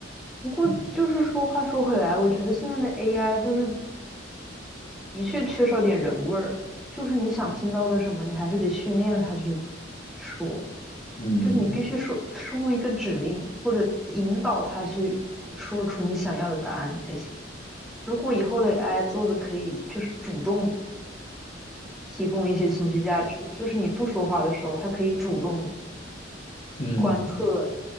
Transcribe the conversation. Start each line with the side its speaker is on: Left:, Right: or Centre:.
Centre: 不过就是说话说回来，
Left: 嗯
Centre: 我觉得现在的 AI 就是的确缺少点人味儿，就是你想听到的什么，
Left: 嗯，
Centre: 你还是得训练它去说，
Left: 嗯
Centre: 就是你必须输输入一个指令或者引导它去说出你想要的答案才行。如果以后的 AI 做的可以就是主动提供一些情绪价值，就是你不说话的时候，他可以主动
Left: 嗯，
Centre: 观测。